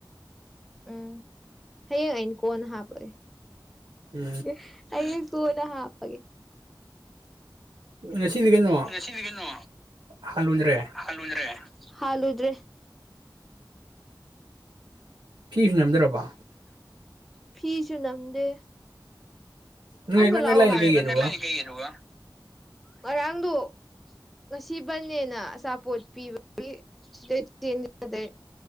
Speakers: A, in the centre; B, on the right.
A: ꯎꯝ ꯍꯌꯦꯡ ꯑꯩꯅ ꯀꯣꯟꯅ ꯍꯥꯞꯄꯒꯦ
B: ꯎꯝ
A: ꯀꯩ ꯑꯩ ꯀꯣꯟꯅ ꯍꯥ ꯍꯥꯄꯒꯦ
B: ꯉꯁꯤꯗꯤ ꯀꯩꯅꯣ
A: ꯅꯁꯤꯗ ꯀꯩꯅꯣ
B: ꯍꯥꯜꯂꯨꯗ꯭ꯔꯦ
A: ꯍꯜꯂꯨꯗꯔ꯭ꯦ ꯍꯥꯜꯂꯨꯗ꯭ꯔꯦ
B: <inaudible> ꯐꯤꯁꯨ ꯅꯝꯗ꯭ꯔꯔꯕ
A: ꯐꯤꯁꯨ ꯅꯝꯗꯦ
B: ꯅꯣꯏ
A: ꯪ
B: ꯍꯦꯛ ꯉꯟꯅ ꯂꯥꯛꯏ ꯀꯩꯒꯤ ꯑꯗꯨꯒ
A: ꯀꯩꯒꯤ ꯑꯗꯨꯒ ꯉꯔꯥꯡꯗꯣ ꯉꯁꯤ ꯕꯟꯅꯦꯅ ꯑꯆꯥꯄꯣꯠ ꯄꯤꯕꯒꯤ ꯁꯤꯗꯗꯩ